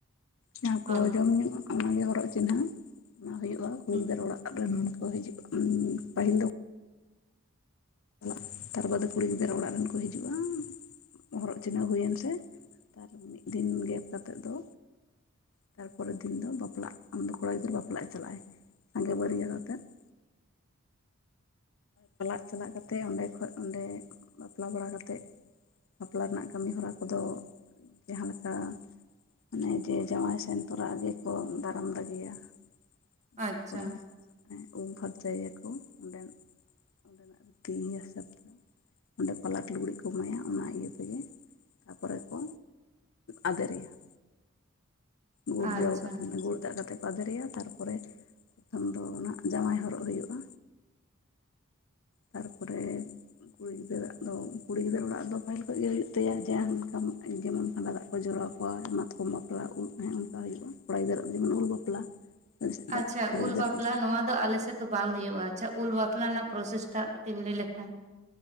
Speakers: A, on the left (about 65°); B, on the right (about 35°).
A: ᱡᱟᱦᱟᱸ ᱠᱚ
B: ᱦᱚᱸ
A: ᱡᱚᱢ ᱧᱩᱜ-ᱟ ᱚᱱᱟᱱᱜᱮ ᱦᱚᱨᱚᱜ ᱪᱤᱱᱦᱟᱹ ᱚᱱᱟ ᱦᱩᱭᱩᱜᱼᱟ ᱠᱩᱲᱤ
B: ᱦᱩᱸ
A: ᱜᱤᱫᱟᱹᱨ ᱚᱲᱟᱜ ᱨᱮᱱ ᱦᱚᱲ ᱠᱚ ᱦᱤᱡᱩᱜᱼᱟ ᱯᱟᱹᱦᱤᱞ ᱫᱚ ᱾ ᱪᱟᱞᱟᱜ ᱛᱟᱨ ᱵᱟᱫᱮ ᱠᱩᱲᱤ ᱜᱤᱫᱽᱨᱟᱹ ᱚᱲᱟᱜ ᱨᱮᱱ ᱠᱚ ᱦᱤᱡᱩᱜᱼᱟ ᱾ ᱦᱚᱨᱚᱜ ᱪᱤᱱᱦᱟᱹᱣ ᱦᱩᱭᱮᱱ ᱥᱮ, ᱛᱟᱨ ᱢᱤᱫ ᱫᱤᱱ ᱜᱮᱯ ᱠᱟᱛᱮᱫ ᱫᱚ ᱛᱟᱨᱯᱚᱨᱮᱨ ᱫᱤᱱ ᱫᱚ ᱵᱟᱯᱞᱟᱜ ᱟᱢᱫᱚ ᱠᱚᱲᱟ ᱜᱤᱫᱽᱨᱟᱹ ᱵᱟᱯᱞᱟᱜ ᱮ ᱪᱟᱞᱟᱜᱼᱟᱭ ᱥᱟᱸᱜᱮ ᱵᱟᱹᱨᱭᱟᱹᱛ ᱟᱛᱮᱫ ᱾ ᱪᱟᱞᱟᱜ ᱪᱟᱞᱟᱜ ᱠᱟᱛᱮ ᱚᱸᱰᱮ ᱠᱷᱥᱡ ᱚᱸᱰᱮ ᱵᱟᱯᱞᱟ ᱵᱟᱲᱟ ᱠᱟᱛᱮᱫ ᱵᱟᱯᱞᱟ ᱨᱮᱱᱟᱜ ᱠᱟᱹᱢᱤ ᱦᱚᱨᱟ ᱠᱚᱫᱚ ᱡᱟᱦᱟᱸ ᱞᱮᱠᱟ ᱚᱱᱮ ᱡᱮ ᱡᱟᱶᱟᱭ ᱥᱮᱱ ᱛᱚᱨᱟᱜ ᱜᱮ ᱠᱚ ᱫᱟᱨᱟᱢ ᱫᱟᱜᱮᱭᱟ ᱾ ᱡᱟᱶᱟᱭ
B: ᱟᱪᱪᱷᱟ
A: ᱠᱚᱲᱟ ᱮᱸ ᱩᱢ ᱯᱷᱟᱨᱪᱟᱭᱮᱭᱟ ᱠᱚ ᱚᱸᱰᱮᱱ ᱚᱸᱰᱮᱱᱟᱜ ᱨᱤᱛᱤ ᱤᱭᱟᱹ ᱦᱤᱥᱟᱹᱵ ᱛᱮ ᱾ ᱚᱸᱰᱮ ᱯᱟᱞᱟᱠ ᱞᱩᱜᱽᱲᱤᱡ ᱠᱚ ᱮᱢᱟᱭᱟ ᱚᱱᱟ ᱤᱭᱟᱹ ᱛᱮᱜᱮ ᱛᱟᱨᱯᱚᱨᱮ ᱠᱚ ᱟᱫᱮᱨᱮᱭᱟ ᱾ ᱜᱩᱲ
B: ᱟᱪᱪᱷᱟ
A: ᱡᱚᱣ ᱠᱟᱛᱮ ᱜᱩᱲ ᱫᱟᱜ ᱠᱟᱛᱮᱜ ᱟᱫᱮᱨᱮᱭᱟ ᱛᱟᱨᱯᱚᱨᱮ ᱯᱚᱛᱷᱚᱢ ᱫᱚ ᱱᱟᱦᱟᱜ ᱡᱟᱶᱟᱭ ᱦᱚᱨᱚᱜ ᱦᱩᱭᱩᱜᱼᱟ ᱛᱟᱨᱯᱚᱨᱮ ᱠᱩᱲᱤ ᱜᱤᱫᱽᱨᱟᱹᱜ ᱫᱚ ᱠᱩᱲᱤ ᱜᱤᱫᱽᱨᱟᱹ ᱚᱲᱟᱜ ᱨᱮᱫᱚ ᱯᱟᱹᱦᱤᱞ ᱠᱷᱚᱡ ᱜᱮ ᱦᱩᱭᱩᱜ ᱛᱟᱭᱟ ᱡᱟᱦᱟᱸᱠᱟᱢ ᱡᱮᱢᱚᱱ ᱠᱷᱟᱸᱰᱟ ᱫᱟᱜ ᱠᱚ ᱡᱚᱨᱚ ᱣᱟ ᱢᱟᱛᱠᱚᱢ ᱵᱟᱯᱞᱟ <inaudible> ᱚᱱᱠᱟ ᱦᱩᱭᱩᱜᱼᱟ ᱠᱚᱲᱟ ᱜᱤᱫᱽᱨᱟᱹ ᱫᱚ ᱡᱮᱢᱚᱱ ᱩᱞ ᱵᱟᱯᱞᱟ ᱟᱞᱮ ᱥᱮᱫ ᱫᱚ
B: ᱟᱪᱪᱷᱟ
A: ᱠᱩᱲᱤ
B: ᱩᱞ
A: ᱜᱤᱫᱽᱨᱟᱹᱣᱟᱜ
B: ᱵᱟᱯᱞᱟ ᱱᱚᱣᱟ ᱫᱚ ᱟᱞᱮᱥᱮᱜ ᱫᱚ ᱵᱟᱝ ᱦᱩᱭᱩᱜᱼᱟ ᱟᱪᱪᱷᱟ ᱩᱞ ᱵᱟᱯᱞᱟ ᱨᱮᱱᱟᱜ ᱯᱨᱚᱥᱮᱥᱴᱟᱜ ᱠᱟᱹᱴᱤᱢ ᱮᱢ ᱞᱟᱹᱭ ᱞᱮᱠᱷᱟᱱ